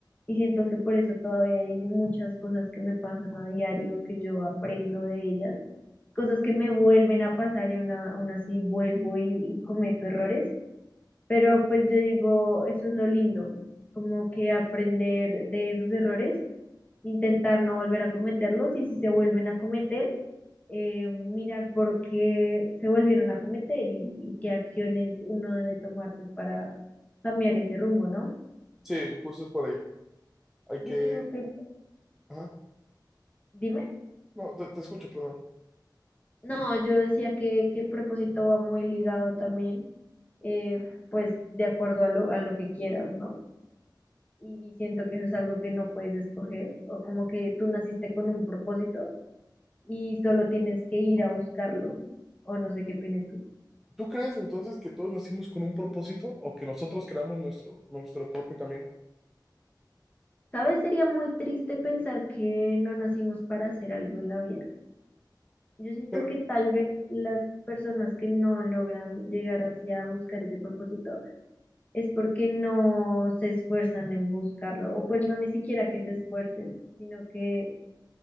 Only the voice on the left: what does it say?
Y siento que por eso todavía hay muchas cosas que me pasan a diario, que yo aprendo de ellas cosas que me vuelven a pasar y una, aún así vuelvo y, y cometo errores, pero pues yo digo, eso es lo lindo, como que aprender de esos errores, intentar no volver a cometerlos y si se vuelven a cometer, eh, mirar por qué se volvieron a cometer y, y qué acciones uno debe tomar pues para cambiar ese rumbo, ¿no?
Yo
digo que el...
Dime.
No, yo decía que, que el propósito va muy ligado también eh, pues de acuerdo a lo, a lo que quieras, ¿no? Y, y siento que eso es algo que no puedes escoger, o como que tú naciste con un propósito y solo tienes que ir a buscarlo, o no sé qué opinas tú.
¿Sabes? Sería muy triste pensar que no nacimos para hacer algo en la vida. Yo siento
que tal vez las personas que no logran llegar hacia buscar ese propósito es porque no se esfuerzan en buscarlo, o pues no ni siquiera que se esfuercen, sino que